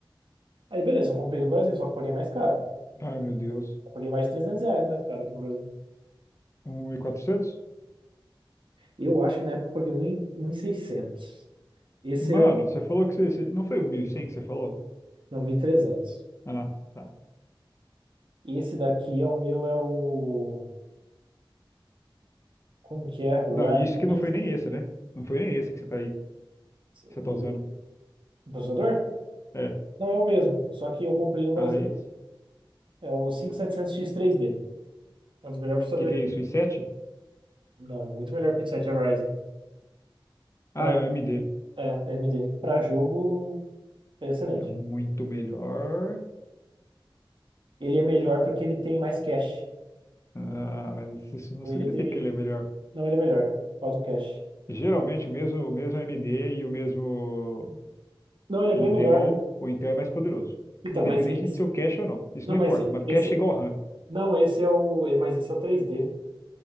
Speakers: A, on the right; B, on the left.
A: Aí beleza, eu comprei no Brasil, só que eu paguei mais caro.
B: Ai, meu Deus.
A: Eu paguei mais de 300 reais mais caro aqui no Brasil.
B: Um e quatrocentos?
A: Eu acho que na época eu paguei um em- um 1.000 seiscentos. Esse
B: Mano,
A: é o.
B: você falou que você, você- Não foi o 1100 que você falou?
A: Não, mil E trezentos.
B: Ah, tá.
A: E esse daqui é o meu, é o. Como que é? O
B: Não,
A: Ryzen.
B: e isso que não foi nem esse, né? Não foi nem esse que você tá aí. Que você
A: O
B: tá
A: meu-
B: usando.
A: o processador?
B: É.
A: Não, é o mesmo, só que eu comprei no Brasil.
B: Ah, esse.
A: É o cinco mil e setecentos x três d É um dos melhores processadores.
B: Que que é
A: que-
B: isso? O i sete?
A: Não, é muito melhor que o sete Ryzen.
B: Ah,
A: Pra...
B: é um AMD.
A: É, AMD. Para jogo, é excelente.
B: É Muito melhor.
A: Ele é melhor porque ele tem mais cache.
B: Ah, mas isso isso não
A: Ou
B: significa
A: ele tem.
B: que ele é melhor.
A: Não, ele é melhor. Qual do cache?
B: Geralmente o mesmo, o mesmo AMD e o mesmo
A: Não, ele é
B: Intel,
A: bem melhor.
B: o Intel é mais poderoso.
A: Então,
B: Independente
A: mas esse.
B: de ser o cache ou não. Isso
A: Não,
B: não
A: mas
B: importa, mano.
A: esse.
B: Cache é igual RAM.
A: Não, esse é o. Mas esse é o três d né?